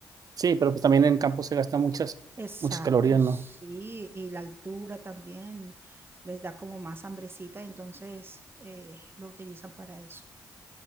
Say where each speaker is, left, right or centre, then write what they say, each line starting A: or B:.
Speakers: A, on the right (about 50°); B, on the right (about 30°).
A: Sí, pero pues también en campo se gastan muchas,
B: Exacto,
A: muchas calorías, ¿no?
B: sí, y la altura también les da como más hambrecita, entonces eh, lo utilizan para eso.